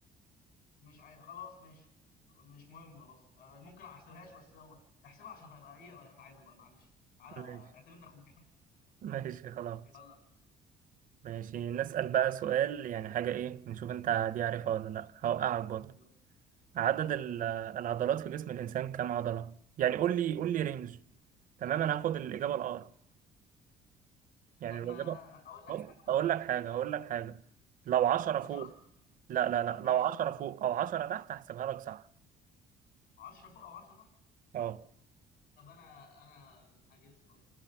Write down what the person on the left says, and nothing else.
مش عارف خلاص ماشي مش مهم خلاص آه، ممكن ما احسبهاش بس يلا احسبها عشان هبقى ايه بقى تعادل بقى معلش تعالى
اعتبرنا اخوك <laughs>
يلا
يلا.
طب
ما
اقول لك
هتاخد
مش عارف.
تقول لي
اختيارات
طب ماشي
10 فوق او 10 تحت
طب انا انا هجس طيب